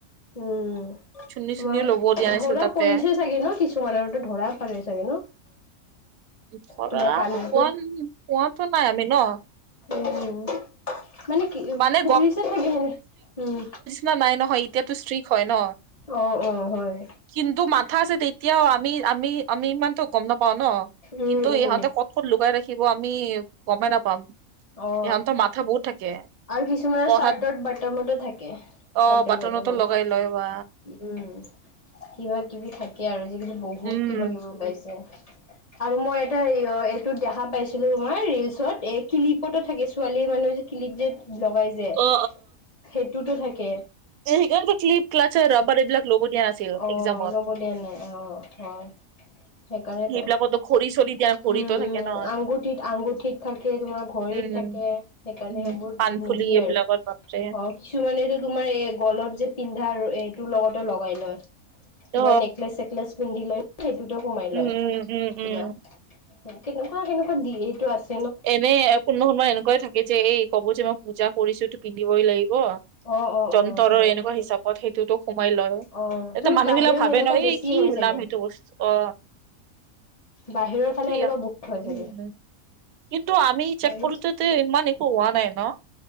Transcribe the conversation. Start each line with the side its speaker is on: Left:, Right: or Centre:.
Left: উম
Right: চুন্নি
Left: তোমাৰ
Right: চুন্নি ল'ব দিয়া
Left: ধৰা
Right: নাছিল তাতে
Left: পৰিছে চাগে ন কিছু তোমালোকৰতো ধৰা <unintelligible> ন?
Right: ধৰা
Left: তোমাৰ কাণৰটো
Right: পোৱা পোৱাতো নাই আমি ন।
Left: উম মানে কি
Right: মানে
Left: পৰিছে চাগে উম।
Right: না নাই নহয় এতিয়াতো ষ্ট্ৰিক হয় ন।
Left: অ অ হয়
Right: কিন্তু মাথা আছে তেতিয়াও আমি-আমি-আমি ইমানতো গম নাপাও ন।
Left: উম
Right: কিন্তু
Left: উম
Right: ইহঁতে ক ক'ত লুকাই ৰাখিব আমি গমেই নাপাম।
Left: অ
Right: ইহঁতৰ মাথা বহুত থাকে।
Left: আৰু কিছুমানৰ
Right: পঢ়াত
Left: চাৰ্টৰ বাটমতো থাকে,
Right: অ
Left: চাৰ্টৰ
Right: বাটনতো
Left: বাটমত।
Right: লগাই লয় বা
Left: উম। কিবা কিবি থাকে আৰু। আজি কালি বহুত
Right: উম।
Left: কিবা কিবি ওলাইছে। আৰু মই এটা এইটো দেখা পাইছিলো তোমাৰ ৰিলচত, এ ক্লিপতো থাকে ছোৱালী মানুহ যে ক্লিপ যে লগাই যে
Right: অ
Left: সেইটোতো থাকে।
Right: এইকাৰণে ক্লিপ ক্লাৰৰ ৰবাৰ এইবিলাক ল'ব দিয়া নাছিল
Left: অ
Right: এক্সামত
Left: ল'ব দিয়া নাই অ হয়। সেইকাৰণেটো
Right: সেইবিলাকতো ঘড়ী চৰি দিয়া ঘড়ীতো
Left: উম
Right: থাকে
Left: উম
Right: ন
Left: আঙুঠিত-আঙুঠিত থাকে, তোমাৰ ঘড়ীত
Right: উম
Left: থাকে, সেইকাৰণে
Right: উম
Left: সেইবোৰ
Right: কাণফুলি
Left: দি নিদিয়ে
Right: এইবিলাকত
Left: আৰু
Right: বাপৰে।
Left: কিছুমানেটো তোমাৰ এ গলত যে পিন্ধা এইটোৰ লগতো লগাই লয়। কিবা
Right: অ
Left: নেকলেচ-চেকলেছ পিন্ধি লয় সেইটোতো সোমাই
Right: উম
Left: লয়
Right: উম উম
Left: কিবা,
Right: উম।
Left: কেনেকুৱা কেনেকুৱা দি এইটো আছ
Right: এনে কোনো সময় এনেকুৱাই থাকে যে এই কব যে মই পূজা কৰিছো এইটো পিন্ধিবই লাগিব,
Left: অ অ
Right: যন্ত্ৰৰ
Left: অ হয়
Right: এনেকুৱা হিচাপত সেইটোতো সোমাই লয়,
Left: অ
Right: এতিয়া
Left: তোৰ
Right: মানুহ
Left: বাহিৰত
Right: বিলাক ভাবে
Left: এনেকুৱা
Right: ন
Left: বেছি
Right: এই কি
Left: হয় চাগে
Right: ওলাম সেইটো বস্তু অ
Left: বাহিৰৰ
Right: কিন্তু
Left: ফালে এনেকুৱা
Right: ইয়াত
Left: বহুত হৈ
Right: উম
Left: চাগে।
Right: কিন্তু আমি চেক
Left: হয়নে
Right: কৰোতে তে ইমান একো হোৱা নাই ন।